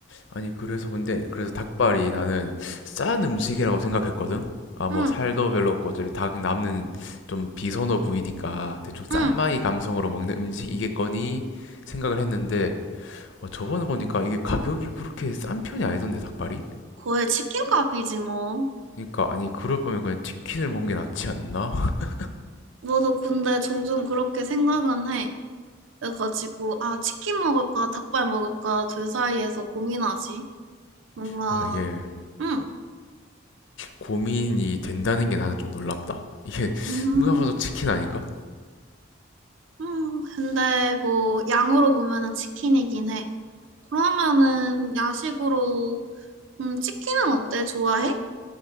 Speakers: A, on the left; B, on the right.
A: 아니 그래서 근데 그래서 닭발이 나는 싼 음식이라고 생각했거든. 아 뭐
B: 응,
A: 살도 별로 없고 어차피 닭 남는 좀 비선호 부위니까 대충 싼마이
B: 응.
A: 감성으로 먹는 음식이겠거니 생각을 했는데 어, 저번에 보니까 이게 가격이 그렇게 싼 편이 아니던데 닭발이?
B: 거의 치킨값이지 뭐.
A: 그러니까 아니 그럴 바면 그냥 치킨을 먹는 게 낫지 않나? <laughs>
B: 너도 근데 종종 그렇게 생각은 해. 그래가지고, 아, 치킨 먹을까, 닭발 먹을까, 둘 사이에서 고민하지. 뭔가,
A: 아 이게
B: 응,
A: 고민이 된다는 게 나는 좀 놀랍다. 이게
B: 음,
A: 누가 봐도 치킨 아닌가?
B: 음. 음. 근데 뭐, 양으로 보면은 치킨이긴 해. 그러면은, 야식으로, 음, 치킨은 어때? 좋아해?